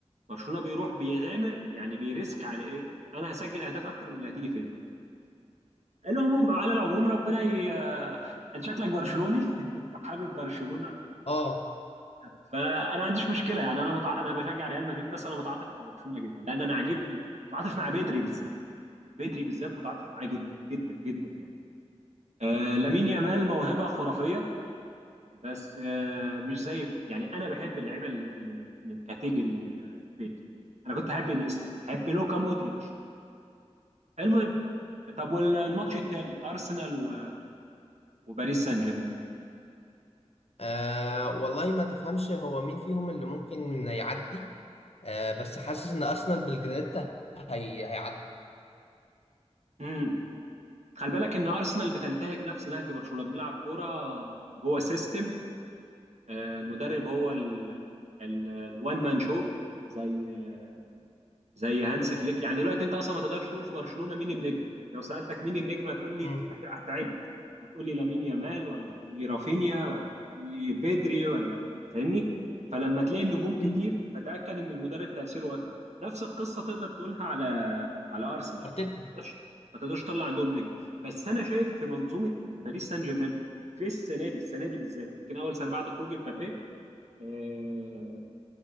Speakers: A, on the right; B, on the left.
A: برشلونه بيروح بيغامر يعني بيريسك على ايه انا هسجل اهداف اكتر من اللي هتيجي فيا العموم على العموم ربنا ي... <laughs> انت شكلك برشلوني <laughs> فحابب برشلونه
B: اه
A: فانا ما عنديش مشكله يعني انا متع... انا بشجع ريال مدريد بس انا متعاطف مع برشلونه جدا لان انا عاجبني متعاطف مع بدري بالذات بدري بالذات متعاطف معاه جدا جدا جدا يعني آه لامين يامال موهبه خرافيه بس آه مش زي يعني انا بحب اللعيبه اللي اللي من من كاتيجوري آه بدري انا كنت احب انيستا احب لوكا مودريتش المهم طب والماتش التاني ارسنال و... وباريس سان جيرمان
B: أه والله ما تفهمش هو مين فيهم اللي ممكن يعدي أه بس حاسس ان ارسنال بالجرانيتا هي هيعدي
A: امم خلي بالك ان ارسنال بتنتهج نفس نهج برشلونه بنلعب كوره جوه سيستم آه، المدرب هو ال... ال... الوان مان شو زي آه، زي هانس فليك يعني دلوقتي انت اصلا ما تقدرش تقول في برشلونه مين النجم لو سالتك مين النجم هتقول لي
B: مم.
A: هت- هتعد هتقول لي لامين يامال ولا هتقول لي رافينيا ولا هتقول لي بيدري ولا فاهمني فلما تلاقي النجوم كتير
B: مم.
A: فتاكد ان المدرب تاثيره اكبر نفس القصه تقدر تقولها على على ارسنال
B: ارتيتا
A: ما تقدرش ما تقدرش تطلع عندهم نجم بس انا شايف في منظومه باريس سان جيرمان في السنه دي السنه دي بالذات يمكن اول سنه بعد خروج امبابي آه،